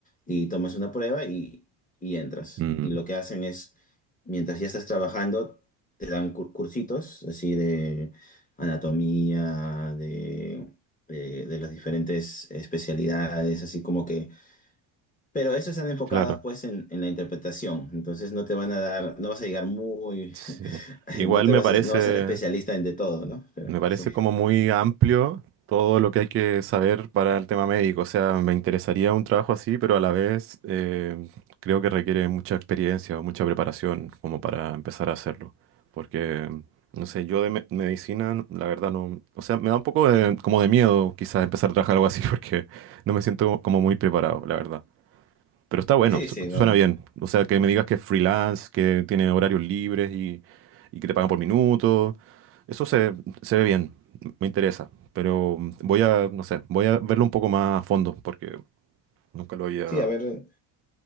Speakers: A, on the left; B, on the right.
A: y tomas una prueba y, y entras.
B: Mm,
A: Y lo que hacen es, mientras ya estás trabajando, te dan cur- cursitos así de anatomía, de, de de las diferentes especialidades, así como que pero esos están enfocados
B: claro,
A: pues en, en la interpretación, entonces no te van a dar, no vas a llegar muy,
B: sí.
A: <laughs>
B: Igual
A: no te
B: me
A: vas
B: parece,
A: a, no vas a ser especialista en de todo, ¿no? Pero
B: Me parece
A: sí,
B: como muy amplio todo lo que hay que saber para el tema médico. O sea, me interesaría un trabajo así, pero a la vez eh, creo que requiere mucha experiencia o mucha preparación como para empezar a hacerlo. Porque, no sé, yo de me- medicina, n- la verdad no... O sea, me da un poco de, como de miedo quizás empezar a trabajar algo así <laughs> porque no me siento como muy preparado, la verdad. Pero está bueno,
A: sí,
B: su-
A: sí, no.
B: suena bien. O sea, que me digas que es freelance, que tiene horarios libres y, y que te pagan por minuto. Eso se, se ve bien, me interesa, pero mm, voy a, no sé, voy a verlo un poco más a fondo porque nunca lo había...
A: Sí, a ver,